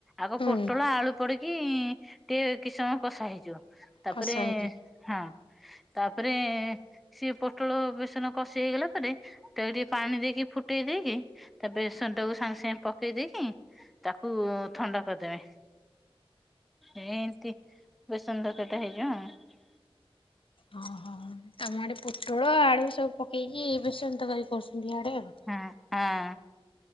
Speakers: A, in the centre; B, on the left.
A: ଆଗ
B: ହୁଁ
A: ପୋଟଳ ଆଳୁ ପଡିକି ଟିକେ କିଛି ସମୟ କଷା ହେଇଯିବ। ତାପରେ
B: କଷା ହେଇଯିବ।
A: ହଁ ତାପରେ ସିଏ ପୋଟଳ ବେସନ କଷି ହେଇଗଲା ପରେ ତାକୁ ଟିକେ ପାଣି ଦେଇକି ଫୁଟେଇ ଦେଇକି ତାପରେ ବେସନଟାକୁ ସାଙ୍ଗେ ସାଙ୍ଗେ ପକେଇ ଦେଇକି। ତାକୁ ଥଣ୍ଡା କରିଦେବେ। ଏମିତି ବେସନ ତରକାରୀଟା ହେଇଯିବ।
B: ଓହୋ ତମ ଆଡେ ପୋଟଳ ଆଳୁ ସବୁ ପକେଇକି ବେସନ ତରକାରୀ କରୁଛନ୍ତି ଇଆଡେ ଆଉ।
A: ହଁ ହଁ।